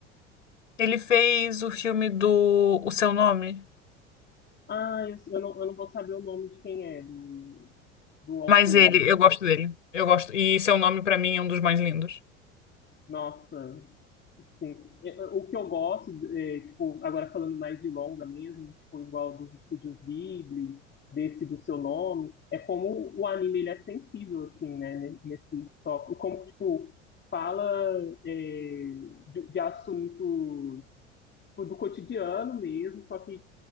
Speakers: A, on the left; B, on the left.
A: Ele fez o filme do O Seu Nome.
B: Ah, eu, eu não, eu não vou saber o nome de quem é, do, do autor.
A: Mas ele, eu gosto dele. Eu gosto. E Seu Nome, pra mim, é um dos mais lindos.
B: Nossa, Sim. É, é, O que eu gosto, é, tipo, agora falando mais de longa mesmo, tipo, igual dos estúdios Ghibli, desse do seu nome, é como o anime ele é sensível, assim, né, ne- nesse tópico. Como, tipo, fala é, de, de assuntos tipo, do cotidiano mesmo, só que